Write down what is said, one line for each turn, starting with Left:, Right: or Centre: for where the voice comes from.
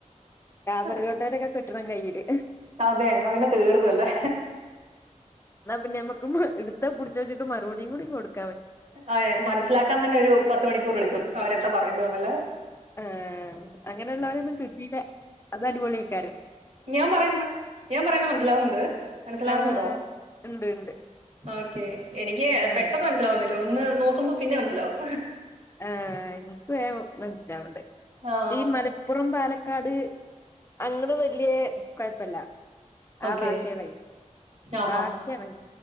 Left: കാസർകോട്ടേരൊക്കെ
Right: ആയി.
Left: കിട്ടണം കയ്യില്
Right: അതെ എന്നാ പിന്നെ തീർന്നല്ലേ
Left: എന്നാ പിന്നെ നമ്മക്ക് എടുത്താ പിടിച്ചോച്ചിട്ട്മറുപടിയും കൂടി കൊടു-
Right: അ മനസ്സിലാക്കാൻ തന്നെ ഒരു പത്ത് മണിക്കൂർ എടുക്കും അവരന്താ പറയുന്നതല്ലേ
Left: ആ അങ്ങനെയുള്ളവരൊന്നും കിട്ടീട്ട് അത് അടിപൊളിയയ്ക്കാരം
Right: ഞാൻ പറയുന്ന ഞാൻ പറയുന്ന മനസ്സിലാവുന്നുണ്ട് മനസ്സിലാവുന്നുണ്ടോ
Left: ആഹ് ഇണ്ട് ഇണ്ട്
Right: ഓക്കെ എനിക്ക്
Left: ആഹ്
Right: പെട്ടെന്ന് മനസ്സിലാവുന്ന ല്ല ഒന്ന് നോക്കുമ്പോ പിന്നെ മനസ്സിലാവും
Left: ആ എനിക്ക് വേം മനസ്സിലാവ്ണ്ട്
Right: ആ
Left: ഈ മലപ്പുറം പാലക്കാ- ക്കാട് അങ്ങട് വല്യ കുഴപ്പല്ല ആ
Right: ഓക്കെ
Left: ഭാഷേള്
Right: ആഹാ
Left: ബാക്കിയാണ്